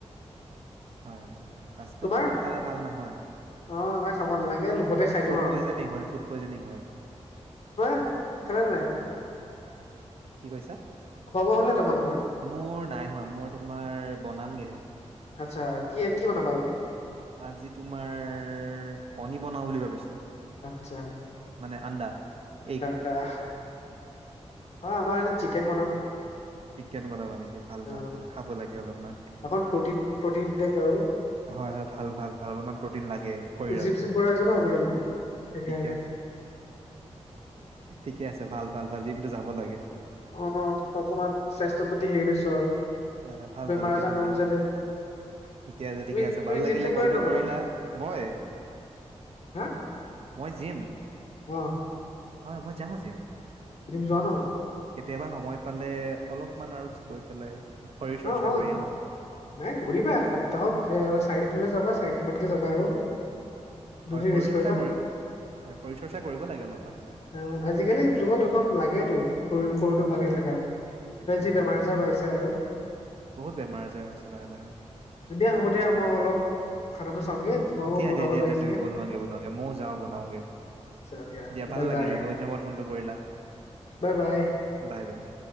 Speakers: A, on the right (about 55°); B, on the left (about 65°).
A: হয় হয় হয় ফাষ্ট ফুড
B: তোমাৰ
A: বোৰ ইমান খালে ভাল নহয়
B: অ ইমান খাব নালাগে লোভতে খাই
A: ফুড
B: দিওঁ আৰু
A: পয়জনিং হয় ফুড পয়জনিং হয়
B: <unintelligible>
A: কি কৈছা
B: খুৱা বোৱা হ'লে তোমালোকৰ
A: মোৰ নাই হোৱা মোৰ তোমাৰ বনামগেহে।
B: আচ্ছা কিহে কি বনাবা আজি?
A: আজি তোমাৰ কণী বনাওঁ বুলি ভাবিছোঁ।
B: আচ্ছা।
A: মানে আন্দা এগ।
B: <unintelligible> হয় আমাৰ আজি চিকেন বনাম।
A: চিকেন বনাবা নেকি ভাল
B: অ
A: ভাল ভাল খাব লাগে অলপমান
B: অকণ প্ৰটিন প্ৰটিন দেক আৰু
A: হয় হয় ভাল ভাল ভাল অলপমান প্ৰটিন লাগে শৰীৰত
B: জিম চিম কৰা হৈছে ন আজিকালি সেইকাৰণে।
A: ঠিকে আছে ঠিকে আছে ভাল ভাল ভাল জিমটো যাব লাগে।
B: অ অকমান স্বাস্থ্যৰ প্ৰতি হেৰি লৈছো আৰু।
A: এ ভাল
B: বেমাৰ
A: ভাল অতি
B: আজাৰ
A: সুন্দৰ।
B: নহওক যাতে
A: ঠিকে আছে
B: তুমি
A: ঠিকে আছে
B: তুমি
A: ভাল লাগিলে
B: জিম চিম কৰা
A: কলটো
B: নে নকৰা
A: কৰিলা। মই?
B: হা
A: মই জিম?
B: অ।
A: হয় মই যাওঁ জিম্।
B: জিম জোৱা ন?
A: কেতিয়াবা সময় পালে অলপমান আৰু গৈ পেলাই শৰীৰ চৰ্চা
B: অ', অ',
A: কৰি আহো।
B: নাই কৰিবা এসপ্তাহত চাৰিদিনলৈ যাবা চাৰিদিন মানকে যাবা আৰু।
A: হয়
B: দুদিন
A: শৰীৰ
B: ৰেষ্ট
A: চৰ্চা
B: কৰিবা।
A: কৰিম হয় শৰীৰ চৰ্চা কৰিব লাগে অলপমান।
B: অ আজিকালি যুগত এখন লাগেতো। শৰীৰ শৰীৰটো
A: হয়,
B: ভালকে
A: হয়,
B: থাকা
A: হয়। একদম
B: যি
A: হয়,
B: বেমাৰ
A: হয়
B: আজাৰ
A: কথাটো।
B: বাঢ়িছে আৰু।
A: বহুত বেমাৰ আজাৰ হৈছে লাহে লাহে।
B: দে হ'ব দিয়াঅলপ খানাটো চাওঁগে। তোমাৰো
A: দিয়া
B: বনাব
A: দিয়া দিয়া
B: লাগে
A: দিয়া
B: চাগে।
A: তুমি বনোৱাগে বনোৱাগে ময়ো যাওঁ বনাওগে
B: আচ্ছা
A: দিয়া। ভাল
B: বাই
A: লাগিলে
B: বাই,
A: বহুত দিনৰ মূৰত ফোনটো কৰিলা
B: বাই বাই।
A: Bye bye.